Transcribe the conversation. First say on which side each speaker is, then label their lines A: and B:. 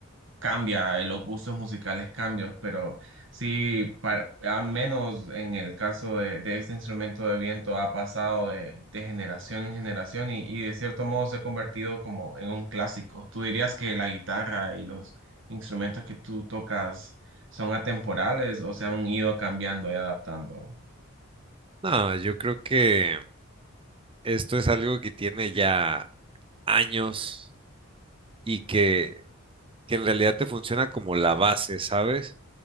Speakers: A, on the right (about 65°); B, on the right (about 25°).
A: cambia, eh, los gustos musicales cambian, pero sí, para, al menos en el caso de, de este instrumento de viento ha pasado de, de generación en generación y, y de cierto modo se ha convertido como en un clásico. ¿Tú dirías que la guitarra y los instrumentos que tú tocas son atemporales o se han ido cambiando y adaptando?
B: No, yo creo que esto es algo que tiene ya años y que, que en realidad te funciona como la base, ¿sabes?